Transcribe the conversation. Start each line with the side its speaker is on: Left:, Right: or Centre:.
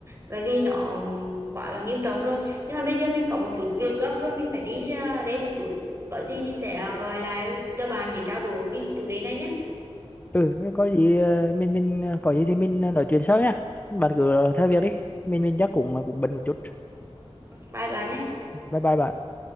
Right: Bởi vì nó ừm, quá là nghiêm trọng rồi. Nhưng mà bây giờ mình có một chút việc gấp rồi mình phải đi ờ, đây một chút. Có gì mình sẽ ờ, gọi lại cho bạn để trao đổi cái chủ đề này nhé.
Left: ừ thế có gì ờ, mình mình ờ, có gì thì mình ờ, nói chuyện sau nha bạn cứ theo việc đi mình mình chắc cũng ờ, cũng bận một chút
Right: Bye bạn nhé.
Left: bye bye bạn